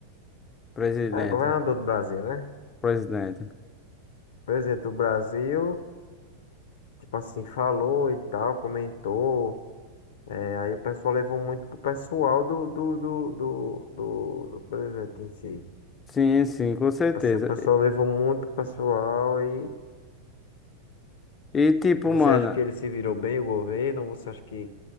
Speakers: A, on the left; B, on the left.
A: presidente.
B: não, é, governador do Brasil, né?
A: Presidente.
B: Presidente do Brasil, tipo assim, falou e tal, comentou. É, aí o pessoal levou muito pro pessoal do, do, do, do, do, do presidente em si.
A: Sim, sim, com certeza.
B: Assim, o pessoal levou muito pro pessoal e
A: E e tipo,
B: você
A: mano.
B: acha que ele se virou bem, o governo? Ou você acha que